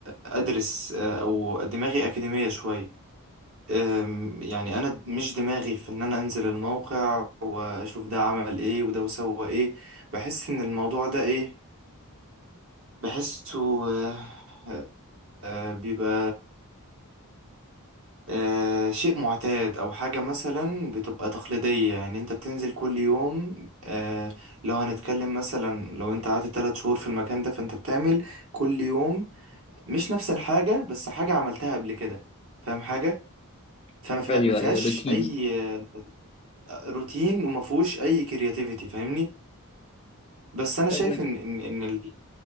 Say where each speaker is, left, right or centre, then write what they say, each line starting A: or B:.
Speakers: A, on the right; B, on the left.
A: أدرس آه، أو دماغي أكاديمية شوية آم، يعني أنا مش دماغي في إن أنا أنزل الموقع وأشوف ده عمل إيه وده وسوى إيه بحس إن الموضوع ده إيه بحسه آه، آه، بيبقى آه، شيء معتاد او حاجة مثلا بتبقى تقليدية يعني انت بتنزل كل يوم آه، لو هنتكلم مثلا لو انت قعدت تلات شهور في المكان ده فانت بتعمل كل يوم مش نفس الحاجة بس حاجة عملتها قبل كده فاهم حاجة فما فيها-
B: ايوه
A: ما فيهاش
B: ايوه روتين
A: اي آه، روتين وما فيهوش اي كرياتيفيتي فاهمني بس انا
B: طب
A: شايف
B: وين
A: ان ان ان ال-